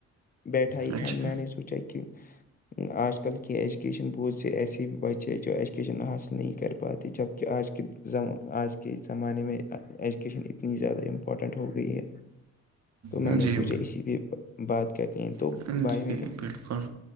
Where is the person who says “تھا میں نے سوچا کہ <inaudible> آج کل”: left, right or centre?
Left